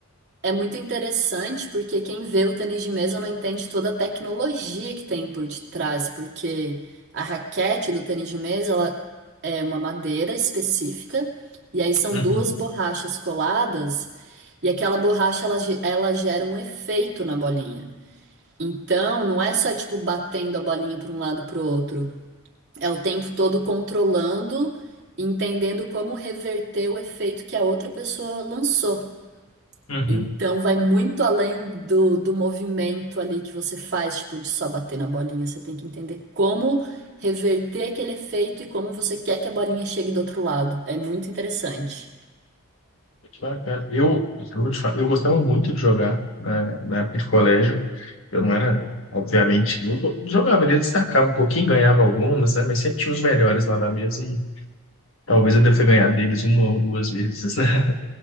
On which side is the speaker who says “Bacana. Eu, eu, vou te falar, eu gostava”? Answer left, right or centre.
Left